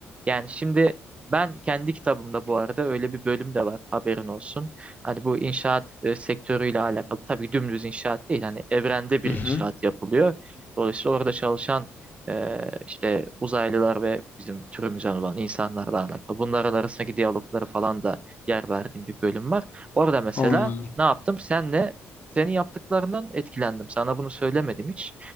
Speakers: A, on the right (about 25°); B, on the left (about 40°).
A: Yani şimdi ben kendi kitabımda bu arada öyle bir bölüm de var haberin olsun. Hani bu inşaat e, sektörüyle alakalı tabii dümdüz inşaat değil hani evrende bir
B: Hı hı.
A: inşaat yapılıyor. Dolayısıyla orada çalışan e, işte uzaylılar ve bizim türümüzden olan insanlarla alakalı. Bunlar arasındaki diyalogları falan da yer verdiğim bir bölüm var. Orada mesela
B: Anladım.
A: ne yaptım? Senle senin yaptıklarından etkilendim. Sana bunu söylemedim hiç